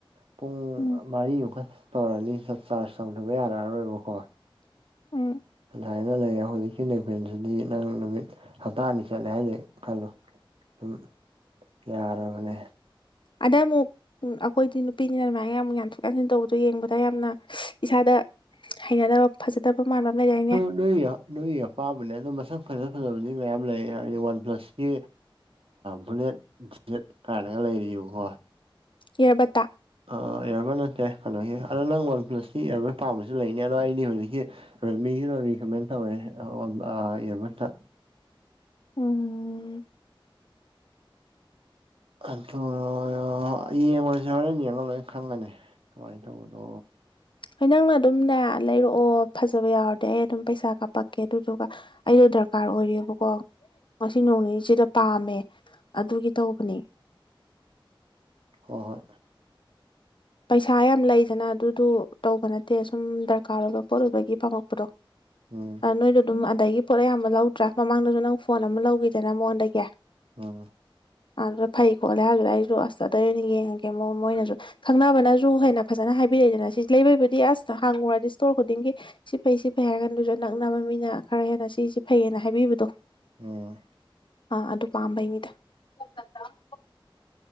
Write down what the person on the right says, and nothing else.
ꯄꯨꯡ
ꯃꯔꯤꯃꯨꯛꯀ ꯇꯧꯔꯅꯤ ꯆꯥꯔꯖ ꯇꯧꯗꯕ ꯌꯥꯔꯛꯑꯔꯣꯏꯕꯀꯣ
ꯑꯗꯨꯃꯥꯏꯅ ꯂꯩꯔꯦ ꯍꯧꯖꯤꯛꯀꯤ ꯅꯦꯛꯕꯦꯟꯗꯨꯗꯤ ꯅꯪ ꯅꯨꯃꯤꯠ ꯍꯞꯇꯥ ꯑꯅꯤ ꯆꯠꯂꯦ ꯍꯥꯏꯁꯦ ꯈꯜꯂꯣ ꯗꯨꯝ ꯌꯥꯔꯕꯅꯦ
ꯂꯣꯌꯥ ꯅꯣꯏꯒꯤ ꯑꯄꯥꯝꯕꯅꯦ ꯑꯗꯣ ꯃꯁꯛ ꯐꯖ ꯐꯖꯕꯗꯤ ꯃꯌꯥꯝ ꯂꯩ ꯍꯥꯏꯗꯤ ꯋꯥꯟ ꯄ꯭ꯂꯁꯀꯤ ꯕꯨꯂꯦꯠ ꯖꯦꯠ ꯀꯥꯏꯅꯒ ꯂꯩꯔꯤꯌꯦꯕꯀꯣ
ꯑꯥ ꯏꯌꯥꯔꯕꯠ ꯅꯠꯇꯦ ꯀꯩꯅꯣꯒꯤ ꯑꯗꯣ ꯅꯪ ꯋꯥꯟ ꯄ꯭ꯂꯁꯀꯤ ꯏꯌꯥꯔꯕꯠ ꯄꯥꯝꯕꯁꯨ ꯂꯩꯅꯤ ꯑꯗꯣ ꯑꯩꯗꯤ ꯍꯧꯖꯤꯛꯀꯤ ꯔꯦꯗꯃꯤꯒꯤꯔꯣ ꯔꯤꯀꯃꯦꯟ ꯇꯧꯋꯦ ꯑꯥ ꯑꯣ ꯑꯥ ꯏꯌꯥꯔꯕꯠꯇꯥ
ꯈꯟꯊꯧꯔꯣꯌꯣ ꯍꯩꯌꯦꯡ ꯑꯣꯏꯔꯁꯨ ꯍꯦꯔꯦꯟ ꯌꯦꯡꯉꯒ ꯂꯣꯏꯅ ꯈꯪꯉꯅꯤ ꯀꯃꯥꯏꯅ ꯇꯧꯕꯅꯣ
ꯍꯣ ꯍꯣꯏ
ꯎꯝ
ꯎꯝ
ꯎꯝ